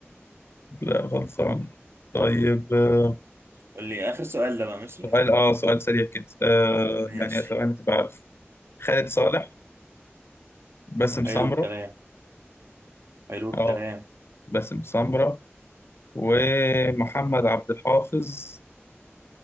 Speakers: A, on the left (about 60°); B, on the right (about 65°).
A: لا خلصان طيب آه،
B: قول لي اخر سؤال ده بقى ماشي
A: سؤال اه سؤال سريع كده آه
B: ماشي
A: يعني اتمنى تبقى عارف خالد صالح باسم سمرة
B: حلو الكلام حلو
A: اه
B: الكلام
A: باسم سمرة ومحمد عبد الحافظ